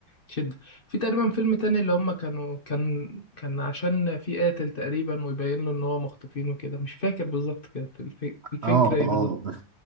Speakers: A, on the left; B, on the right.
A: تشدك في تقريبا فيلم تاني اللي هما كانوا كان كان عشان في قاتل تقريبا ويبين له إن هو مخطوفين وكده مش فاكر بالظبط كده الف... الفكرة
B: آه
A: إيه
B: آه
A: بالظبط
B: بس